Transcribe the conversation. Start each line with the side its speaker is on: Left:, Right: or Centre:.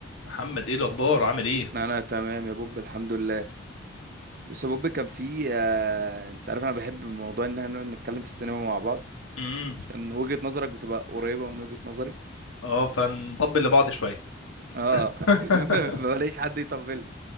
Left: محمد ايه الاخبار عامل ايه
Right: انا تمام يا بوب الحمد لله بس يا بوب كان في آه... انت عارف انا بحب موضوع ان احنا نقعد نتكلم في السينما مع بعض
Left: امم
Right: عشان وجهة نظرك بتبقى قريبة من وجهة نظري
Left: اه فنطبل لبعض شويه
Right: اه
Left: <laughs>
Right: <laughs> ما بلاقيش حد يطبل لي